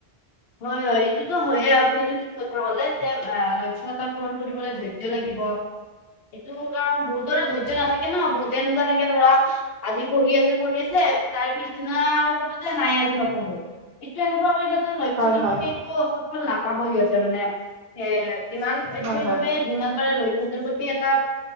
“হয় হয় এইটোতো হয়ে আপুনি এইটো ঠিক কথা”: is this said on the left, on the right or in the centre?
Left